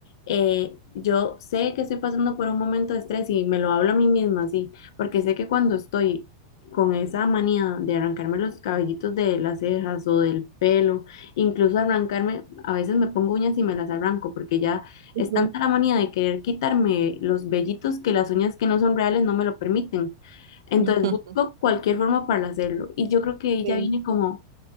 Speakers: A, on the left (about 65°); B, on the right (about 85°).
A: eh, yo sé que estoy pasando por un momento de estrés y me lo hablo a mí misma, sí, porque sé que cuando estoy... con esa manía de arrancarme los cabellitos de las cejas o del pelo, incluso arrancarme, a veces me pongo uñas y me las arranco porque ya
B: Ujú.
A: es tanta la manía de querer quitarme los vellitos que las uñas que no son reales no me lo permiten. Entonces
B: <laughs>
A: busco cualquier forma para hacerlo. Y yo creo que ahí
B: Sí.
A: ya viene como